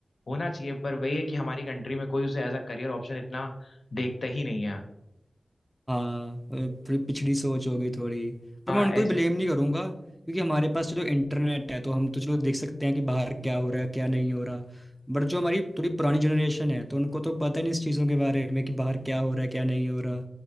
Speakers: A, on the left; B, in the centre.
A: होना चाहिए पर वही है कि हमारी कंट्री में कोई उसे एज अ करियर ऑप्शन इतना देखता ही नहीं है
B: हाँ अ, थोड़ी पिछड़ी सोच होगी थोड़ी पर
A: हाँ
B: मैं उनको
A: ऐस
B: भी ब्लेम नहीं करूंगा क्योंकि हमारे पास चलो इंटरनेट है तो हम तो चलो देख सकते हैं कि बाहर क्या हो रहा है क्या नहीं हो रहा बट जो हमारी थोड़ी पुरानी जनरेशन है तो उनको तो पता ही नहीं इस चीज़ों के बारे में कि बाहर क्या हो रहा है क्या नहीं हो रहा